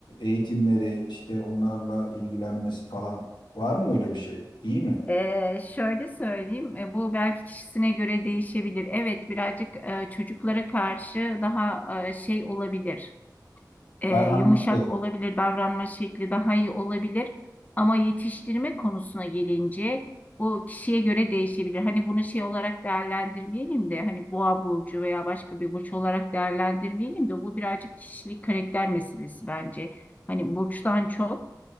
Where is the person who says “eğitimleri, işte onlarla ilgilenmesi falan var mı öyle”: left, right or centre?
Left